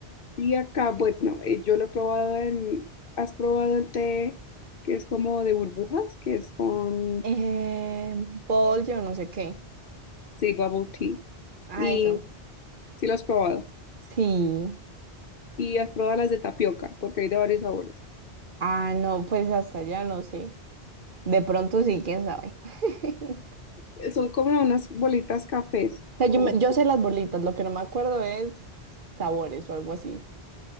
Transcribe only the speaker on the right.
Eh, bol, yo no sé qué.
Ah,
eso.
Sí.
Ah, no, pues hasta allá no sé. De pronto sí, quién sabe. <laughs>
O sea, yo,
me- yo sé las bolitas, lo que no me acuerdo es sabores o algo así.